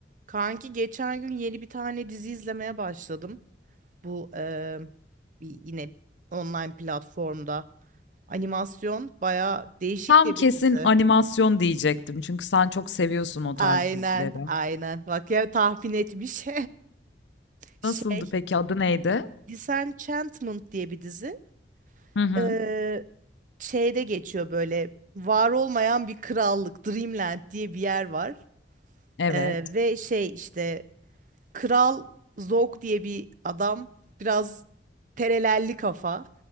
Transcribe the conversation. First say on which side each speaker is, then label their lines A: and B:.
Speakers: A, on the right; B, on the left.
A: Kanki geçen gün yeni bir tane dizi izlemeye başladım. Bu eee, bir yine online platformda animasyon baya değişik
B: Tam
A: de
B: kesin
A: bir dizi.
B: animasyon diyecektim çünkü sen çok seviyorsun o
A: Aynen,
B: tarz dizileri.
A: aynen. Bak ya tahmin etmiş. <laughs> Şey,
B: Nasıldı peki, adı neydi?
A: Disenchantment diye bir dizi.
B: Hı hı.
A: Eee, şeyde geçiyor böyle var olmayan bir krallık, Dreamland diye bir yer var.
B: Evet.
A: Eee, ve şey işte Kral Zog diye bir adam biraz terelelli kafa.